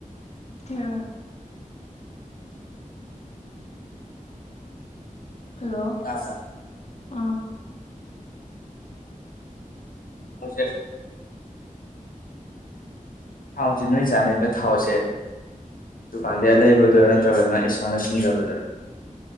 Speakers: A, on the left (about 50°); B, on the left (about 85°).
A: ꯍꯅꯂ ꯍꯜꯂꯣ
B: ꯇꯥꯕ꯭ꯔꯥ
A: ꯑꯥ
B: ꯊꯥꯎꯁꯦ ꯊꯥꯎꯁꯦ ꯅꯣꯏ ꯆꯥꯅꯩꯕ ꯊꯥꯎꯁꯦ ꯗꯨꯀꯥꯟꯗꯩ ꯑꯥꯂꯩꯕꯗꯨ ꯅꯠꯇ꯭ꯔꯒꯅ ꯏꯁꯥꯅ ꯁꯨꯝꯖꯕꯗꯨꯔ